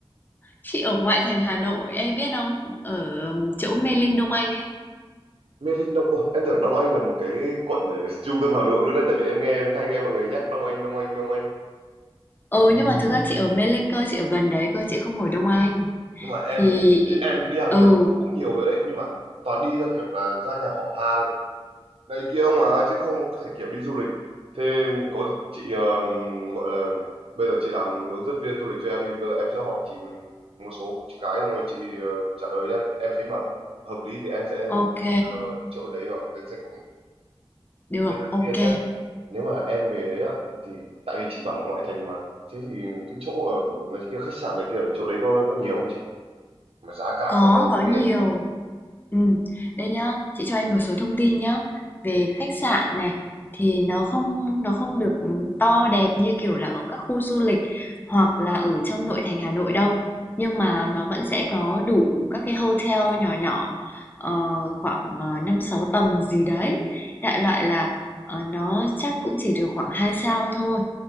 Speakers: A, on the left; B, on the right.
A: Chị ở ngoại thành Hà Nội, em biết không? Ở chỗ Mê Linh Đông Anh ấy.
B: Mê Linh Đông. Ôi, em tưởng Đông Anh là một cái quận ở trung tâm Hà Nội luôn đấy tại vì em nghe hay nghe mọi người nhắc Đông Anh, Đông Anh, Đông Anh.
A: Ừ nhưng mà thực ra chị ở Mê Linh cơ, chị ở gần đấy cơ, chị không ở Đông Anh.
B: Nhưng mà em
A: Thì
B: em đi Hà Nội
A: ừ,
B: cũng cũng nhiều rồi đấy, nhưng mà toàn đi ra kiểu là ra nhà họ hàng này kia ông à chứ không có phải kiểu đi du lịch thế có chị ờ, gọi là bây giờ chị làm hướng dẫn viên du lịch cho em đi bây giờ em sẽ hỏi chị một số cái xong rồi chị ờ, trả lời nhá em thấy mà hợp lý thì em sẽ
A: ok,
B: đưa chỗ đấy vào danh sách của mình
A: được,
B: thế đầu
A: ok.
B: tiên nhá nếu mà em về đấy á thì tại vì chị bảo là ngoại thành mà thế thì cái chỗ ở này kia khách sạn này kia ở chỗ đấy có có nhiều không chị mà giá cả
A: Có,
B: nó có ok
A: có nhiều.
B: không
A: Ừm, đây nhá, chị cho em một số thông tin nhá. Về khách sạn này thì nó không nó không được to đẹp như kiểu là ở các khu du lịch hoặc là ở trong nội thành Hà Nội đâu. Nhưng mà nó vẫn sẽ có đủ các cái hotel nhỏ nhỏ ờ, khoảng uh, 5 6 tầng gì đấy. Đại loại là ờ, nó chắc cũng chỉ được khoảng 2 sao thôi.